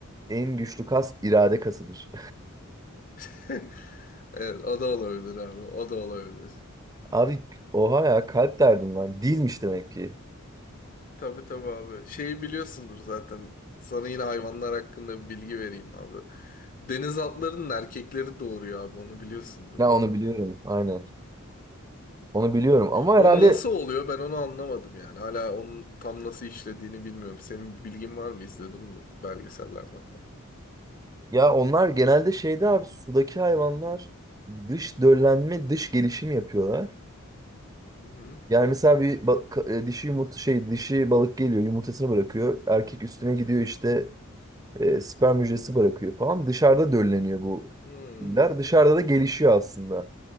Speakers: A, on the right; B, on the left.
A: en güçlü kas irade kasıdır.
B: <laughs> Evet o da olabilir abi. O da olabilir.
A: <laughs> Abi oha ya kalp derdim ben. Dilmiş demek ki.
B: Tabii tabii abi. Şeyi biliyorsundur zaten. Sana yine hayvanlar hakkında bir bilgi vereyim abi. Deniz atlarının erkekleri doğuruyor abi. Onu biliyorsundur
A: Ya
B: değil
A: onu
B: mi?
A: biliyorum aynen. Onu biliyorum ama
B: O
A: herhalde
B: nasıl oluyor ben onu anlamadım yani. Hala onun tam nasıl işlediğini bilmiyorum. Senin bir bilgin var mı? İzledin mi belgesellerden falan?
A: Ya onlar genelde şeyde abi sudaki hayvanlar dış döllenme, dış gelişim yapıyorlar.
B: Hı hı.
A: Yani mesela bir ba- ka- e, dişi yumurta şey dişi balık geliyor yumurtasını bırakıyor. Erkek üstüne gidiyor işte e, sperm hücresi bırakıyor falan. Dışarıda dölleniyor bu
B: Hmm.
A: filler. Dışarıda da gelişiyor aslında.